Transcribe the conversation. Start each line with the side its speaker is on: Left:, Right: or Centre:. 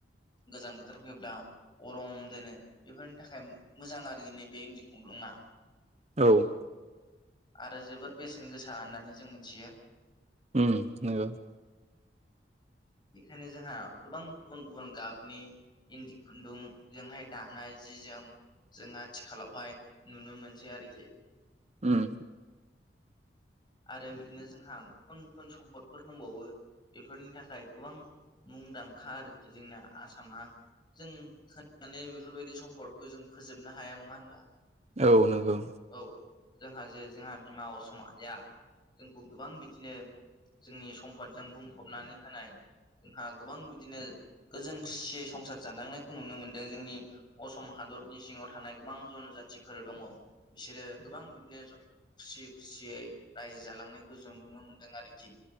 Left: गोजां बोथोर फैयोब्ला गरम दोनो बेफोरनि थाखाय मोजां आरो नैबे इन्दि खुन्दुङा
Right: औ
Left: आरो जोबोर बेसेन गोसा होननानै जों मोनथियो
Right: उम नोंगौ
Left: बेखायनो जोंहा गोबां गुबुन गुबुन गाबनि इन्दि खुन्दुंजोंहाय दानाय जि जोम जों आथिखालावहाय नुनो मोनसै आरोखि
Right: ओम
Left: आरो बिदिनो जोंहा गुबुन गुबुन सम्फदफोर दंबावो बेफोरनि थाखाय गोबां मुंदांखा आरोखि जोंना आसामा जों होनानै बेफोरबायदि सम्पदखौ जों फोजोबनो हाया नङा होनब्ला?
Right: औ नोंगौ
Left: औ जोंहा जे जोंहा बिमा असम आइआ जोंखौ गोबां बिदिनो जोंनि सम्पदजों बुंफबनानै होनाय जोंहा गोबां बिदिनो गोजोन खुसियै संसार जालांनायखौ नुनो मोनदों जोंनि असम हादरनि सिङाव थानाय गोबां जन'जातिफोर दङ बिसोरो गोबां बिदिनो जन खुसि खुसियै रायजो जालांनायखौ जों नुनो मोनदों आरोखि